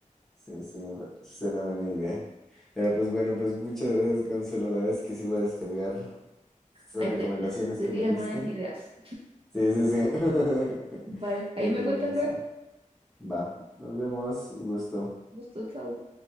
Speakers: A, in the centre; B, on the right.
A: Sí, sí, me pa- suena buena idea. Pero pues bueno, pues muchas gracias, Consuelo. La verdad es que sí voy a descargar esas
B: Ahí
A: recomendaciones
B: te, te
A: que
B: di
A: me
B: algunas
A: diste.
B: ideas.
A: Sí, sí, sí. <laughs>
B: Vale, ahí
A: Ahí
B: me
A: te voy
B: cuentas
A: a decir.
B: luego.
A: Va, nos vemos. Un gusto.
B: Gusto, chao.